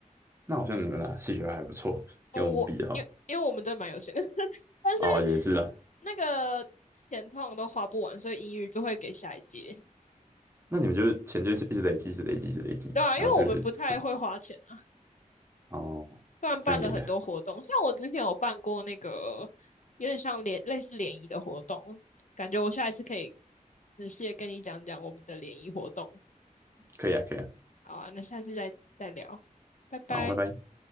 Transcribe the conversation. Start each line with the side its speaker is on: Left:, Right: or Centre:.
Right: 那好像你们啦，戏学还不错，
Left: 哦，
Right: 跟我们比的话，
Left: 我因为因为我们真的蛮有钱的，<laughs> 但是
Right: 哦，也是啊。
Left: 那个钱通常都花不完，所以音乐就会给下一届。
Right: 那你们就是钱就是一直累积，一直累积，一直累积，
Left: 对啊，
Right: 然后就是
Left: 因为我们不太会花钱啊，
Right: 哦，
Left: 虽然办了很多活动，
Right: 这样也
Left: 像我之前有办过那个有点像联类似联谊的活动，感觉我下一次可以仔细的跟你讲讲我们的联谊活动。
Right: 可以啊，可以啊。
Left: 好啊，那下次再再聊，拜拜。
Right: 好，拜拜。